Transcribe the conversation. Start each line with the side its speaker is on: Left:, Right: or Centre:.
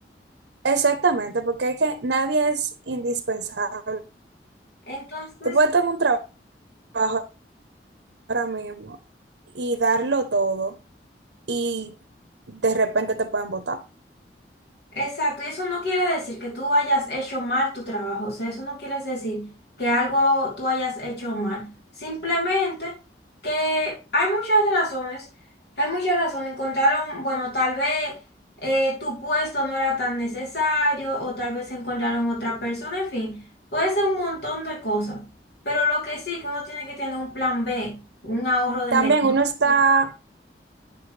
Right: Exactamente, porque es que nadie es indispensable.
Left: Entonces,
Right: Tú puedes tener un trabajo ahora mismo y darlo todo y de repente te pueden votar.
Left: Exacto, y eso no quiere decir que tú hayas hecho mal tu trabajo, o sea, eso no quiere decir que algo tú hayas hecho mal, simplemente que hay muchas razones, hay muchas razones, encontraron, bueno, tal vez eh, tu puesto no era tan necesario o tal vez encontraron otra persona, en fin, puede ser un montón de cosas, pero lo que sí, que uno tiene que tener un plan B, un ahorro de
Right: También
Left: emergencia.
Right: uno está